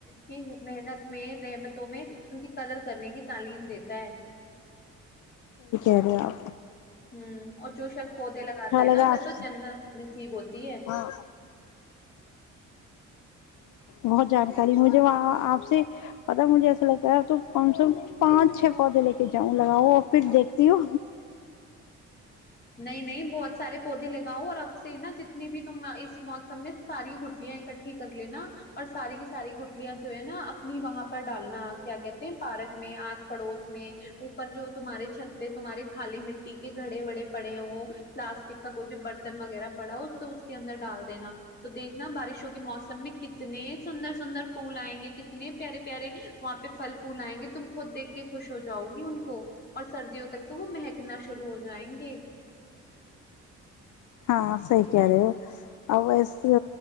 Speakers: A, on the left (about 35°); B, on the left (about 75°).
A: کے محنت میں رحمتوں میں ان کی قدر کرنے کی تعلیم دیتا ہے
B: خر آ
A: ہ اور جو شخص پودے لگاتا ہے
B: لگا
A: نا اسے
B: آپ
A: تو
B: سے۔
A: جن نصیب ہوتی ہے
B: ہاں بہت جانکاری مجھے وہ آپ سے پتا مجھے ایسا لگتا ہے ا تو کم سے کم پانچ چھ پودے لے کے جاؤں لگاؤ اور پھر دیکھتی ہو
A: نہیں نہیں بہت سارے پودے لگاؤ اور اب سے نا جتنی بھی تم اس موسم میں ساری گٹلیاں اکٹھی کر لینا اور ساری کی ساری گٹلیاں جو ہے نا اپنی وہاں پر ڈالنا کیا کہتے ہیں پارک میں آس پڑوس میں اوپر جو تمہارے چھتے تمہاریے خالی مٹی ٹھیک ہے دھے وڑے پڑ پلاسٹک کا کوئی بھی برتن وغیرہ پڑا اس تو اس کے اندر ڈال دینا تو دیکھنا بارشوں کے موسم میں کتنے سندر سندر پھول آئیں گے کتنے پیارے پیارے وہاں پہ پھل پھول آئیں گے تم خود دیکھ کے خوش ہو جاؤ گی ان کو اور سردیوں تک تو وہ مہکنا شرو ہو جائیں گے
B: ہاں صحیح کہہ رہے ہو اب وسے